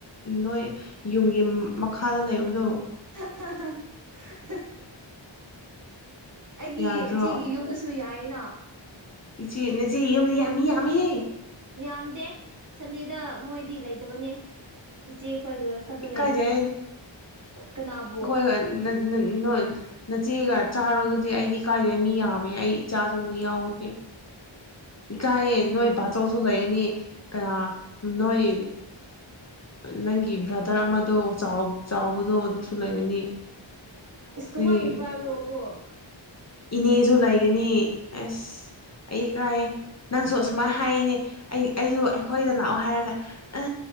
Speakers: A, on the left (about 35°); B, on the right (about 40°).
A: ꯅꯣꯏ ꯌꯨꯝꯒꯤ ꯃꯈꯥꯗ ꯂꯩꯕꯗꯣ__
B: ꯍꯥ ꯍꯥ ꯍꯥ ꯑꯩꯒꯤ
A: ꯌꯥꯗ꯭ꯔꯣ
B: ꯏꯆꯦꯒꯤ ꯌꯨꯝꯗꯁꯨ__ ꯇꯨ ꯌꯥꯥꯏꯑꯦꯅꯥ꯫
A: ꯏꯆꯦ ꯅꯆꯦꯒꯤ ꯌꯨꯝ ꯌꯥꯝ ꯃꯤ ꯌꯥꯃꯤꯍꯦ꯫
B: ꯌꯥꯝꯗꯦ ꯁꯟꯗꯦꯗ ꯃꯣꯏꯗꯤ ꯂꯩꯇꯕꯅꯦ꯫ ꯏꯆꯦꯈꯣꯏꯒ ꯈꯔꯗ
A: ꯏꯀꯥꯏꯖꯩ
B: ꯂꯩꯕꯅꯤ ꯀꯅꯥꯕꯨ꯫
A: <unintelligible> ꯅ ꯅꯆꯦꯒ ꯆꯥꯔꯣ ꯑꯗꯨꯗꯤ ꯑꯩꯗꯤ ꯏ ꯀꯥꯏꯖꯩ ꯃꯤ ꯌꯥꯝꯃꯦ ꯑꯩ ꯏꯆꯥꯁꯨ ꯑꯃꯨꯛ ꯌꯥꯎꯒꯅꯤ꯫ ꯏꯀꯥꯏꯌꯦ ꯅꯣꯏ ꯕꯥꯆꯧꯁꯨ ꯂꯩꯒꯅꯤ ꯀꯅꯥ ꯅꯣꯏ ꯅꯪꯒꯤ ꯕ꯭ꯔ ꯂꯤꯇꯔ ꯑꯃꯗꯣ ꯆꯥꯎ ꯆꯥꯎꯕꯗꯣ ꯑꯗꯨꯁꯨ ꯂꯩꯒꯅꯤ
B: ꯏꯁ ꯀꯃꯥꯏ
A: ꯅꯪꯒꯤ
B: <unintelligible> ꯀꯣ
A: ꯏꯅꯦꯁꯨ ꯂꯩꯒꯅꯤ ꯑꯁ ꯑꯩ ꯀꯥꯏꯌꯦ ꯅꯪꯁꯨ ꯑꯁꯨꯃꯥꯏꯅ ꯍꯥꯏꯔꯤꯅꯦ ꯑꯩ ꯑꯩꯁꯨ ꯑꯩꯈꯣꯏꯗ ꯂꯥꯛꯑꯣ ꯍꯥꯏꯔꯒ ꯑ